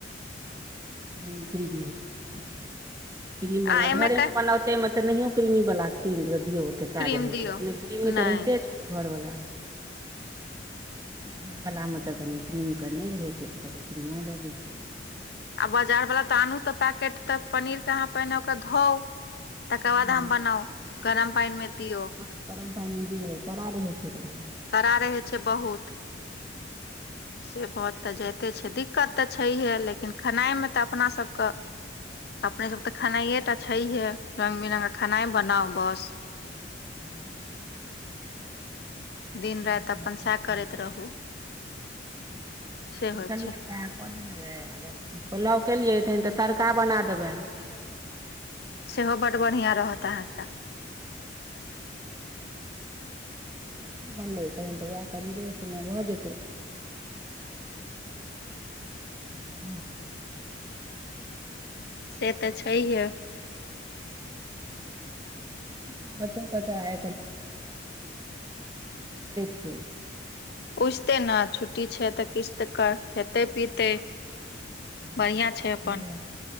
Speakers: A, on the right; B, on the left.
A: <unintelligible> क्रीम वाला
B: आ एहिमे
A: घरे
B: के
A: मे बनौते मे तऽ नहियो क्रम वाला क्रीम दे दियौ तऽ काज
B: क्रीम
A: रहै
B: दियौ
A: छै अपने क्रीमे
B: नहि
A: तऽ रहिते छै घरवाला <unintelligible>
B: आ बाजार तऽ आनू तऽ पैकेट तऽ पनीर के अहाँ पहिने ओकरा धाऊ तकर बाद
A: हँ
B: हम बनाउ गरम पानि मे दियऔ
A: <unintelligible>
B: करा रहै छै बहुत
A: <inaudible>
B: से बहुत तऽ जाइते छै दिक्कत तऽ छैहे लेकिन खेनाइमे तऽ अपनासभके अपने सब तऽ खेनाइे टा छैहे रंगग बिरंगग क खेनाइ बनाउ बस
A: <inaudible> <unintelligible>
B: दिन राति अपन सएह करैत रहू से होइ
A: कऽ
B: छै
A: देबै अगर पुलाव केलियै तन तऽ तड़का बना देबनि
B: सेहो बड बढ़िया रहत अहाँके
A: बनै तहन तऽ वएह पनीरे संग भऽ जेतै <inaudible>
B: से तऽ छैहे
A: <inaudible> <unintelligible> कऽ दै छै
B: पूछते न छुट्टी छै तऽ किछु तऽ खेते पीते
A: <unintelligible>
B: बढ़िया छै अपन